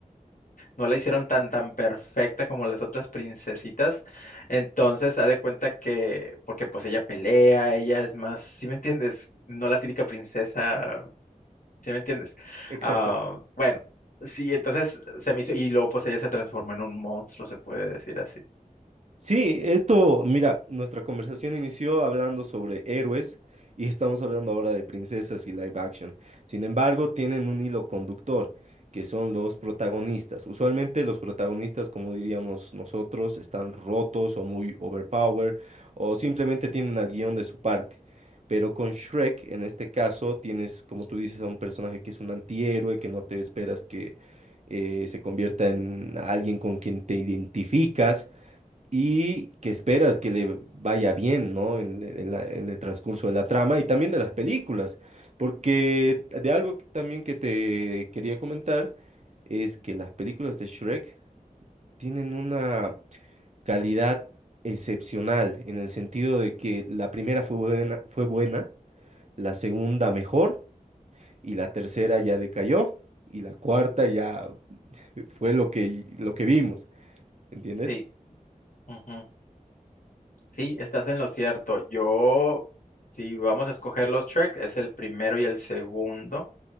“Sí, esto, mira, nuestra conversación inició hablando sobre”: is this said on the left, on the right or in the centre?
Right